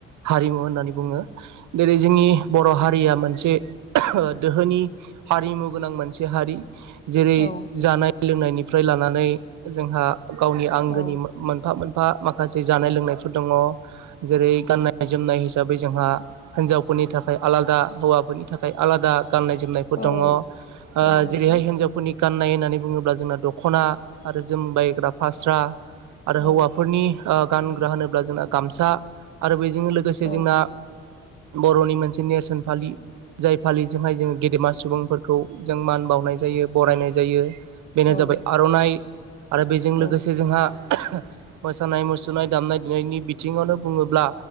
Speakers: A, on the right; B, on the left.
A: हारिमु होननानै बुङो। जेरै जोंनि बर' हारिया मोनसे दोहोनि हारिमु गोनां मोनसे हारि जेरै
B: औ
A: जानाय लोंनायनिफ्राय लानानै जोंहा गावनि आंगोनि
B: औ
A: मोनफा मोनफा माखासे जानाय लोंनायफोर दङ। जेरै गाननाय जोमनाय हिसाबै जोंहा हिनजावफोरनि थाखाय आलादा हौवाफोरनि थाखाय आलादा गाननाय जोमनाय फोर
B: औ
A: दङ
B: औ
A: ओ
B: नंगौ
A: जेरैहाय
B: नोंथां
A: हिनजावफोरनि गाननाय होननानै बुङोब्ला जोंना दख'ना आरो जोमबायग्रा फास्रा आरो हौवाफोरनि
B: औ
A: ओ गानग्रा होनोब्ला जोंना गामसा आरो बेजों लोगोसे
B: औ
A: जोंना बर'नि मोनसे नेरसोन फालि जाय फालिजोंहाय जों गेदेमा सुबुंफोरखौ जों मान बावनाय जायो बरायनाय जायो। बेनो
B: औ
A: जाबाय आर'नाइ आरो बेजों लोगोसे
B: औ
A: जोंहा मोसानाय मुसुरनाय दामनाय देनायनि बिथिङावनो बुङोब्ला